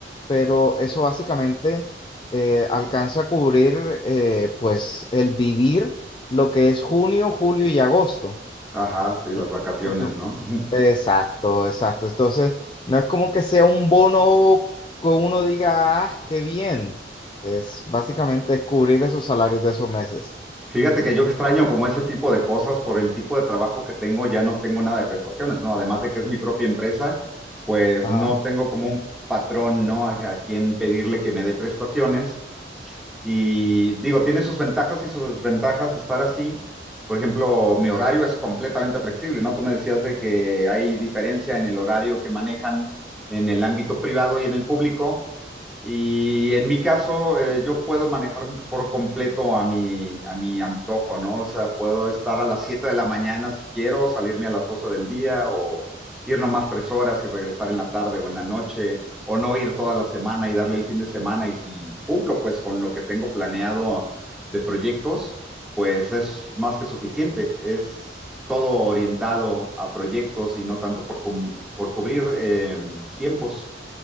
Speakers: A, on the left; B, in the centre.
A: pero eso básicamente eh, alcanza a cubrir eh, pues el vivir lo que es junio, julio y agosto.
B: Ajá, sí,
A: Por-
B: las vacaciones,
A: Porque,
B: ¿no? <laughs>
A: exacto, exacto. Entonces, no es como que sea un bono que uno diga, ah, qué bien. Es básicamente es cubrir esos salarios de esos meses.
B: Fíjate que yo extraño como ese tipo de cosas por el tipo de trabajo que tengo, ya no tengo nada de prestaciones, ¿no? Además de que es mi propia empresa, pues
A: Ajá,
B: no tengo como un patrón, ¿no? A, a quien pedirle que me dé prestaciones. Y digo, tiene sus ventajas y sus desventajas estar así. Por ejemplo, mi horario es completamente flexible, ¿no? Tú me decías de que hay diferencia en el horario que manejan en el ámbito privado y en el público. Y en mi caso, eh, yo puedo manejar por completo a mi, a mi antojo, ¿no? O sea, puedo estar a las 7 de la mañana si quiero, salirme a las 12 del día o ir nomás tres horas y regresar en la tarde o en la noche, o no ir toda la semana y darle el fin de semana. Y si cumplo pues con lo que tengo planeado de proyectos, pues es más que suficiente. Es todo orientado a proyectos y no tanto por, cum- por cubrir em, tiempos.